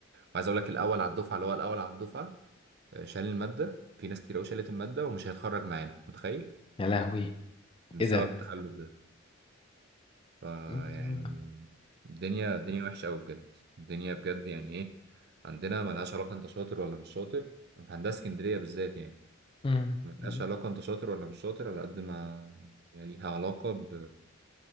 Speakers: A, on the right; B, on the left.
A: عايز اقول لك الاول على الدفعه اللي هو الاول على الدفعه آه، شال الماده في ناس كتير قوي شالت الماده ومش هيتخرج معانا متخيل
B: يا لهوي
A: بسبب
B: ايه ده
A: التخلف ده فيعني
B: مم.
A: الدنيا الدنيا وحشه قوي بجد الدنيا بجد يعني ايه عندنا ملهاش علاقه انت شاطر ولا مش شاطر في هندسه اسكندريه بالذات يعني
B: مم.
A: ملهاش
B: مم.
A: علاقه انت شاطر ولا مش شاطر على قد ما يعني ليها علاقه ب...